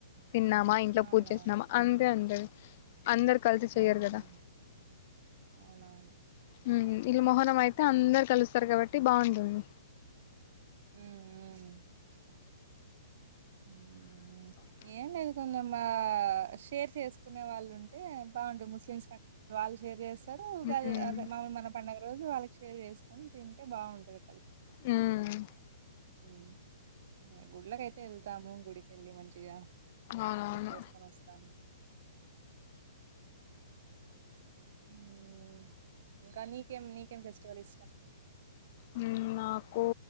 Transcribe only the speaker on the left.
తిన్నామా ఇంట్లో
పూజ చేసినమా అంతే ఉంటది అందరు కలిసి చెయ్యరు
కదా
హుమ్ వీళ్ళ మొహర్రం అయితే అందరు కలుస్తారు కాబట్టి బాగుంటుంది
<unintelligible>
ఉమ్
హుమ్
అవునవును
హూ నాకు